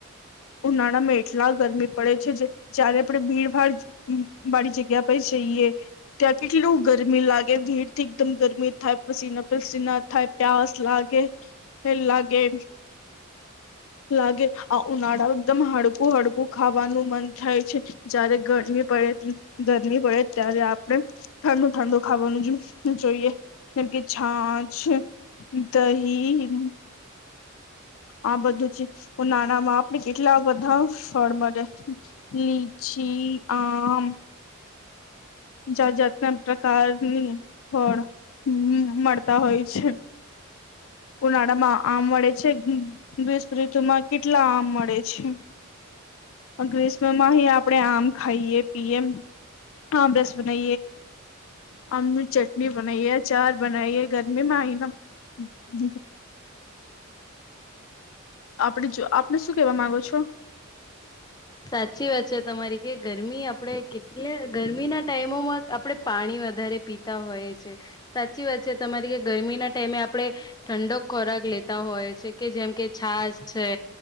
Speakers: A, on the left; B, on the left.
A: ઉનાળામાં એટલા ગરમી પડે છે જે જયારે પણ ભીડભાડ વાડી જગ્યા પર જઈએ ત્યાં કેટલું ગરમી લાગે. ભીડથી એકદમ ગરમી થાય, પસીના પસીના થાય. પસ લાગે, લાગે, લાગે. ઉનાળા એકદમ હળકું હળકું ખાવાનું મન થાય છે. જારે ગરમી પડે, ગરમી પડે, ત્યારે આપણે ઠંડુ ઠંડુ ખાવાનું જોઈએ, જેમ કે છાછ દહી આ બધું છે, હું નાના બાપ બે કેટલા બધા ફળ મળે, લીચી આમ. જાત જાતના પ્રકારની ફળ મળતા હોય છે. ઉનાળામાં આમ વડળે છે. દસ ઋતુ માં કેટલા આમ મળે છે. ગ્રીસ્મમાં હ આપડે, આમ ખાઈએ, પીયએ આમ રસ. સુને. આ ચટણી બનાઈએ, ચાર બનાઈએ, ગરમીમાં આય ના. આપડ જો આપણે શું કેવા માંગો છો?
B: સાચી વાત છે, તમારી કે ગરમી આપણે કેટલે ગરમીના ટાઈમોમાં આપણે પાણી વધારે પીતા હોય છે, સાચી વાત છે, તમારી કે ગરમી ના ટાઈમે આપણે. ઠંડક ખોરાક લેતા હોય છે, કે જેમ કે છાસ છે.